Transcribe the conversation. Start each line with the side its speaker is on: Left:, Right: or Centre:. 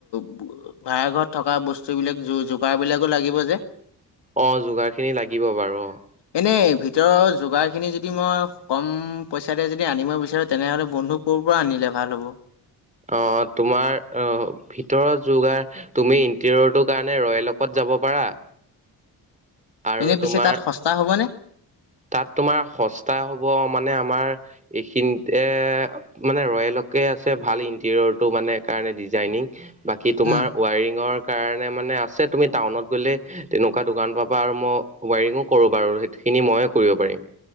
Left: ভাড়া ঘৰত থকা বস্তু বিলাক য-যোগাৰ বিলাকো লাগিব যে।
Right: অ', যোগাৰখিনি লাগিব বাৰু, অ'।
Left: এনেই ভিতৰৰ যোগাৰখিনি যদি মই কম পইচাতে যদি আনিব বিচাৰোঁ, তেনেহ'লে বন্ধুক ক'ৰ পৰা আনিলে ভাল হ'ব?
Right: আহ তোমাৰ আহ ভিতৰৰ যোগাৰ তুমি ইণ্টেৰিয়ৰটোৰ কাৰণে ৰয়েলকত যাব পাৰা। আৰু
Left: এনে পিছে
Right: তোমাৰ
Left: তাত সস্তা হ'বনে?
Right: তাত তোমাৰ সস্তা হ'ব মানে আমাৰ এইখিনিতে মানে ৰয়েলকে আছে ভাল ইণ্টেৰিয়ৰটো মানে কাৰণে ডিজাইনিং বাকী তোমাৰ
Left: উম
Right: ৱায়ৰিঙৰ কাৰণে মানে আছে তুমি টাউনত গ'লে তেনেকুৱা দোকান পাবা আৰু ম ৱায়ৰিঙো কৰোঁ বাৰু সেইখিনি মইয়ে কৰিব পাৰিম।